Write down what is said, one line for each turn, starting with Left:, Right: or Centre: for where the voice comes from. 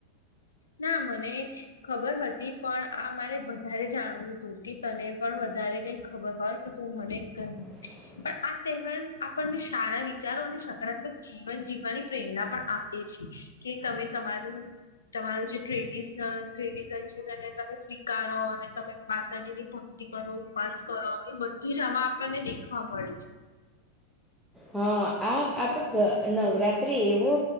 Left: ના મને ખબર હતી પણ આ મારે વધારે જાણવું હતું કે તને પણ વધારે કઈ ખબર હોય તો તું મને ક
Centre: <inaudible>
Left: પણ આ તહેવાર આપણને સારા વિચારો અને સકારાત્મક જીવન જીવવાની પ્રેરણા પણ આપે છે કે તમે તમારું તમારું જે ટ્રેડિશનલ ટ્રેડિશન છે તેને તમે સ્વીકારો અને તમે માતાજીની ભક્તિ કરો ઉપવાસ કરો એ બધું જ આમાં આપણને દેખવા મળે છે
Centre: હા આ પ ગ નવરાત્રિ એવો